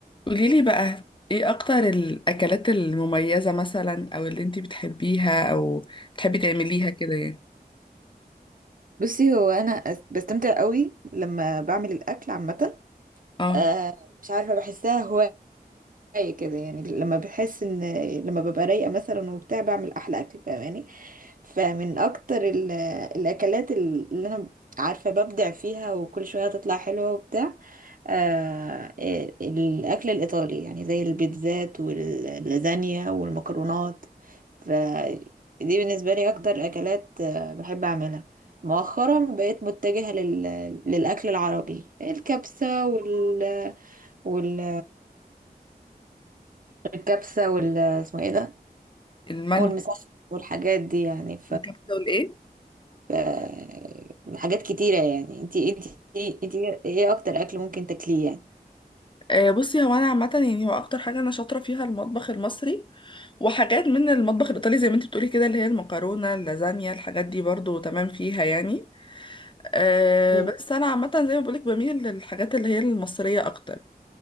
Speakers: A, on the left; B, on the right.
A: قوليلي بقى ايه اكتر الاكلات المميزة مثلا او اللي انتي بتحبيها او بتحبي تعمليها كده يعني
B: بصي هو انا أس- بستمتع قوي لما بعمل الاكل عامه
A: اه
B: آه، مش عارفه بحسها هوايه كده يعني لما بحس ان لما ببقى رايقه مثلا وبتاع بعمل احلى اكل فاهماني فمن اكتر ال- الاكلات اللي انا عارفه ببدع فيها وكل شويه تطلع حلوه وبتاع آه الاكل الايطالي يعني زي البيتزات واللازانيا والمكرونات فدي بالنسبه لي اكتر اكلات آه، بحب اعملها مؤخرا بقيت متجهه لل... للاكل العربي الكبسه وال وال الكبسه وال اسمه ايه ده
A: المندي
B: والمسخن والحاجات دي يعني
A: الكبسة والايه
B: ف- حاجات كتيرة يعني انتي انتي انتي ايه اكتر اكل ممكن تاكليه يعني
A: آه بصي هو انا عامة يعني هو اكتر حاجة انا شاطرة فيها المطبخ المصري وحاجات من المطبخ الايطالي زي ما انتي بتقولي كده اللي هي المكرونة اللازانيا الحاجات دي برضو تمام فيها يعني آه
B: مم.
A: بس انا عامة زي ما بقولك بميل للحاجات اللي هي المصرية اكتر